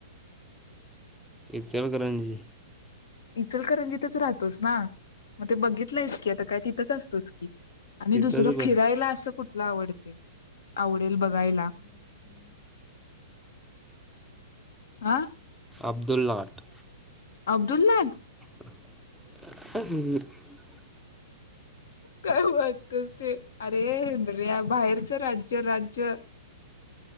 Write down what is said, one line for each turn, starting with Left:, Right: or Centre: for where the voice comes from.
Centre: इचलकरंनजी
Left: इचलकरणंजितच राहतोस ना, मग ते बघितलंयच की आता काय तिथंच असतोस की, आणि
Centre: तिथंच
Left: दुसरं
Centre: बस
Left: फिरायला असं कुठ आवडते आवड बघायला आ
Centre: अब्दुललाट
Left: अब्दुलला
Centre: ह्
Left: काय वाटत ते अरे इंद्रिया बाहेरचं राज्य राज्य